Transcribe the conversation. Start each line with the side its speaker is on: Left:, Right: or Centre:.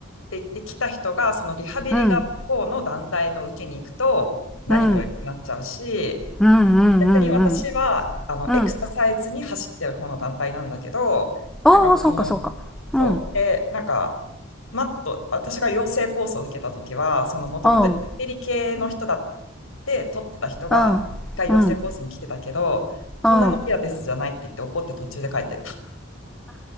Left: て行ってきた人が、そのリハビリが方の団体の受けに行くと、
Centre: うん
Left: 何これってなっちゃうし、
Centre: うんうんうんうんうん
Left: 逆に私はあのエクササイズに走ってる方の団体なんだけど、
Centre: うんああそうかそうかうん
Left: なんかその、そう、で、なんか、マット、私が養成コースを受けたときは、そのもともとリハビリ系の人だっ
Centre: うん
Left: て取ってた人が、
Centre: うんうん
Left: 一回養成コースに来てたけど、こんなのピラティスじゃないって言って怒って途中で帰ってった。
Centre: うん